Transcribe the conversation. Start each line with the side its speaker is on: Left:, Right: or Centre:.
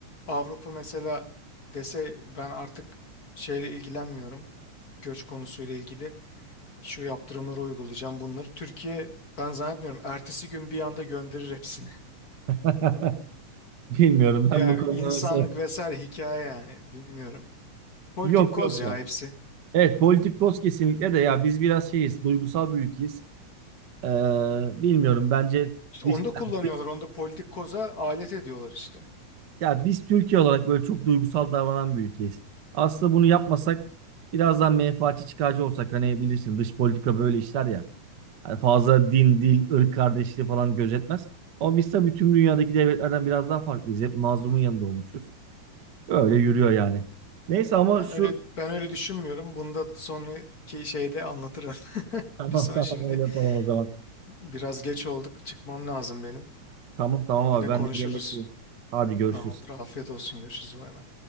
Left: Avrupa mesela dese ben artık şeyle ilgilenmiyorum. Göç konusuyla ilgili şu yaptırımları uygulayacağım bunları. Türkiye ben zannetmiyorum ertesi gün bir anda gönderir hepsini.
Right: <laughs> Bilmiyorum ben
Left: Ya
Right: bu konuda
Left: insanlık
Right: mesela.
Left: vesaire hikaye yani bilmiyorum. Politik
Right: Yok
Left: koz
Right: yok
Left: ya
Right: ya.
Left: hepsi.
Right: Evet Politikos kesinlikle de ya biz biraz şeyiz duygusal bir ülkeyiz. Ee, bilmiyorum bence
Left: İşte
Right: dış,
Left: onu da kullanıyorlar.
Right: yani dış
Left: Onu da politik koza alet ediyorlar işte.
Right: ya biz Türkiye olarak böyle çok duygusal davranan bir ülkeyiz. Aslında bunu yapmasak biraz daha menfaatçi çıkarcı olsak hani bilirsin dış politika böyle işler ya. Hani fazla din, dil, ırk kardeşliği falan gözetmez. Ama biz tabii tüm dünyadaki devletlerden biraz daha farklıyız. Hep mazlumun yanında olmuşuz. Öyle yürüyor yani. Neyse ama
Left: Ben
Right: şu
Left: öyle ben öyle düşünmüyorum. Bunu da sonraki şeyde anlatırım.
Right: <laughs>
Left: <laughs>
Right: tamam
Left: Bir son
Right: tamam
Left: şimdi
Right: öyle yapalım o zaman.
Left: biraz geç olduk. Çıkmam lazım benim.
Right: Tamam tamam
Left: Yine
Right: abi ben
Left: konuşuruz.
Right: de bir yemek yiyeyim. Hadi görüşürüz.
Left: Tamamdır. Afiyet olsun. Görüşürüz. Bay bay.